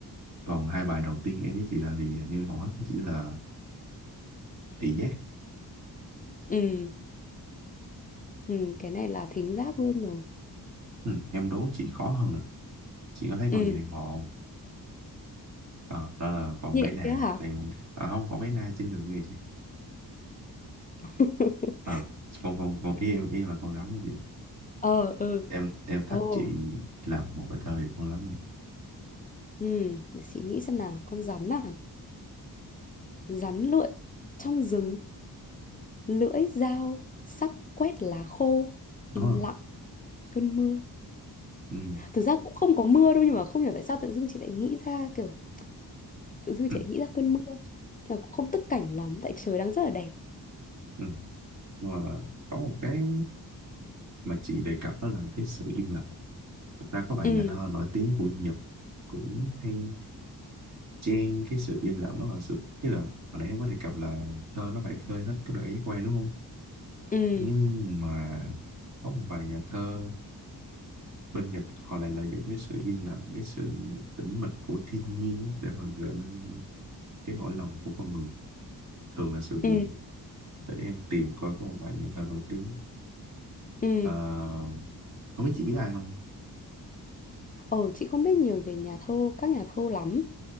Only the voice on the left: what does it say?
ừ, ừ, cái này là thính giác luôn rồi.
Ừ,
nhện
kia hả?
<laughs>
Ờ, ừ,
ồ,
ừ, để chị nghĩ xem nào. Con rắn à? Rắn lượn trong rừng, lưỡi dao, sắc quét lá khô,
im lặng cơn mưa.
thực ra cũng không có mưa đâu nhưng mà không hiểu tại sao tự dưng chị lại nghĩ ra kiểu tự dưng
chị lại nghĩ ra cơn mưa là cũng không tức cảnh lắm tại trời đang rất là đẹp
ừ
ừ
ừ
ừ
ờ chị không biết nhiều về nhà thơ các nhà thơ lắm